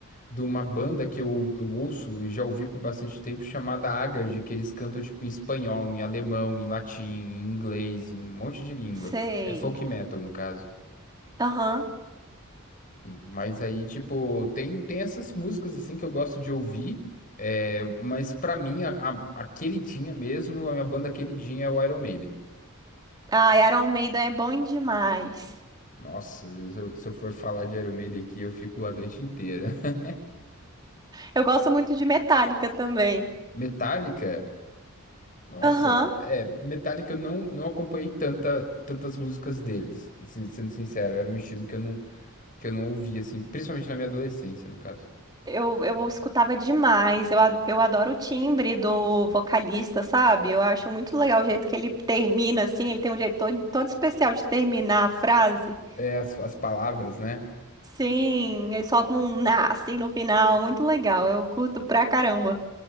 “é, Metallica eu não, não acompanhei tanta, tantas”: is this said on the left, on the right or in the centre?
Left